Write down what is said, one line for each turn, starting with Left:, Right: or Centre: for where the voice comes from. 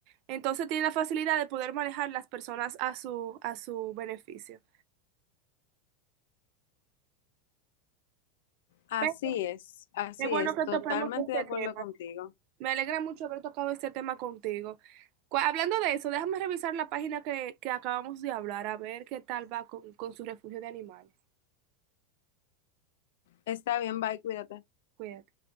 Right: entonces tienen la facilidad de poder manejar las personas a su, a su beneficio.
Left: Así
Right: Pero
Left: es, así
Right: qué bueno
Left: es,
Right: que
Left: totalmente
Right: topemos este
Left: de acuerdo
Right: tema.
Left: contigo.
Right: Me alegra mucho haber tocado este tema contigo. Cu- Hablando de eso, déjame revisar la página que, que acabamos de hablar, a ver qué tal va con, con su refugio de animales.
Left: Está bien, bye, cuídate.
Right: Cuídate.